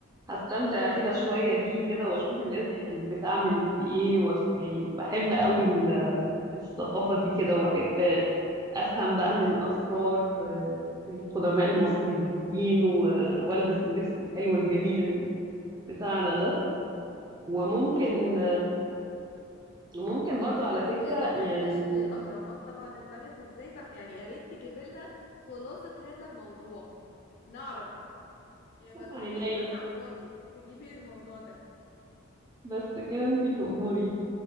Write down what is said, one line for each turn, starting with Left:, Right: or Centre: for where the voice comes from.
Right: هستمتع كده شوية بيه كده وأشوف الناس دي كانت بتعمل إيه وأت- يعني بحب قوي ال- الثقافة دي كده وأحب أفهم بقى من أسرار آه، القدماء المصريين و- وألبس اللبس الحلو الجميل ال- بتاعنا ده وممكن ممكن برضو على فكرة
Left: ويا ريت
Right: يعني
Left: تكتشفي الاهرامات طبعا اتبنت ازاي بقى يعني يا ريت تجيب لنا خلاصة هذا الموضوع نعرف بقى يعني ما تروحيش
Right: عينيا
Left: هناك على الفاضي تجيبي الموضوع ده
Right: بس كده انتي تأمري